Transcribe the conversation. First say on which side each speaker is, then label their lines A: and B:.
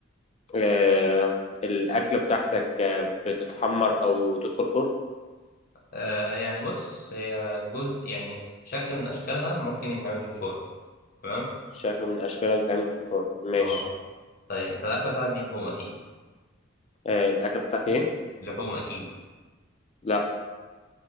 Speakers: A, on the left; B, on the left.
A: آه، الأكلة بتاعتك آه، بتتحمر أو تدخل فرن
B: آه يعني بص هي جزء يعني شكل من اشكالها ممكن يتعمل في شوربه تمام
A: شكل من أشكالها بتتعمل في الفرن ماشي
B: اه طيب انت الاكله بتاعتك دي لحوم اكيد
A: آه، الأكلة بتاعتي إيه
B: لحوم اكيد
A: لا